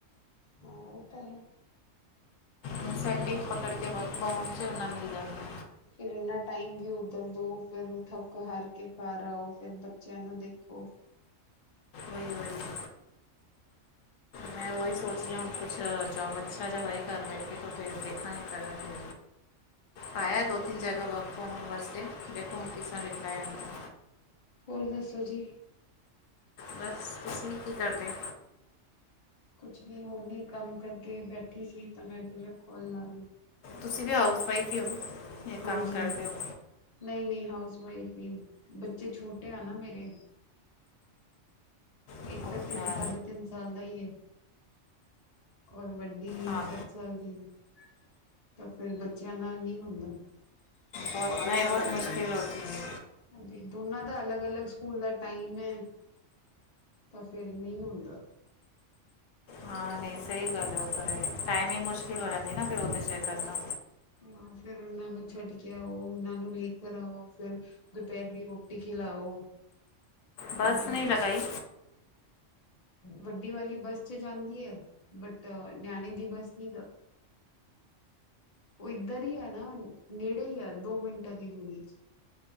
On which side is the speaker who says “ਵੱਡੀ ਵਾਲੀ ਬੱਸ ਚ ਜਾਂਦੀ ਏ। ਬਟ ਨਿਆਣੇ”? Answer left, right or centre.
Left